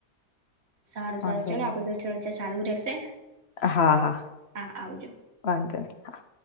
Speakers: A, on the right; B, on the left.
A: સારું
B: વાંધો
A: સારું ચાલો
B: નહી
A: આપડી તો ચર્ચા ચાલુ રહેશે
B: હા હા
A: હા આવજો
B: વાંધો નહી હા